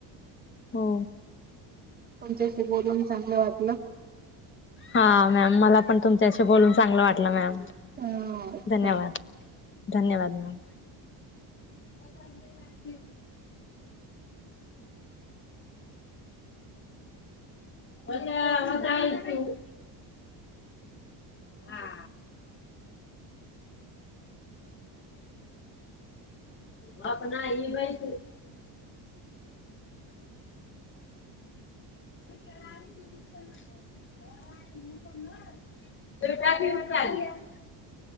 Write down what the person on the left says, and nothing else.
हो
हा मॅम मला पण तुमच्याशी बोलून चांगलं वाटलं मॅम
धन्यवाद धन्यवाद मॅम <inaudible> <inaudible> <unintelligible> हा होप नाही इ बाई तू <unintelligible>